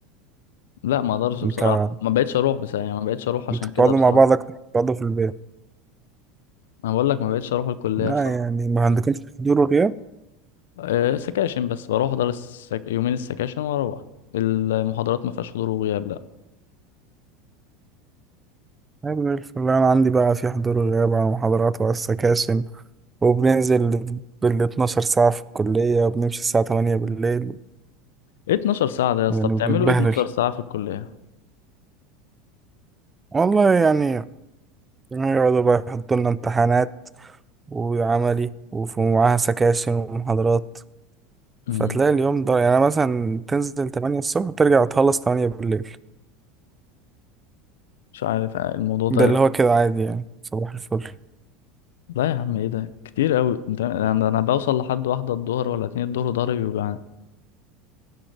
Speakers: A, on the left (about 80°); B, on the right (about 20°).
A: لا ما اقدرش بصراحة
B: انت
A: ما بقتش اروح بصراحة يعني ما بقتش اروح عشان
B: انت بتقعدوا
A: كده بصراحة
B: مع بعض اكتر ما بتقعدوا في البيت
A: انا بقول لك ما بقتش اروح الكلية
B: لا
A: بصراحة
B: يعني ما عندكمش حضور وغياب؟
A: أه سكاشن بس بروح احضر السك... يومين السكاشن واروح المحاضرات ما فيهاش حضور وغياب لا
B: طيب زي الفل انا عندي بقى في حضور وغياب على محاضرات وعلى السكاشن وبننزل بال 12 ساعة في الكلية وبنمشي الساعة 8 بالليل
A: ايه 12 ساعة ده يا اسطى
B: يعني
A: بتعملوا
B: بنتبهدل
A: ايه 12 ساعة في الكلية
B: والله يعني يقعدوا بقى يحطوا لنا امتحانات وعملي ومعاها سكاشن ومحاضرات
A: امم
B: فتلاقي اليوم ده يعني مثلا تنزل تمانية الصبح وترجع تخلص تمانية بالليل
A: مش عارف الموضوع ده
B: ده اللي هو كده عادي يعني صباح الفل
A: لا يا عم ايه ده كتير قوي انت انا أنا بوصل لحد واحدة الظهر ولا اتنين الظهر وضهري بيوجعني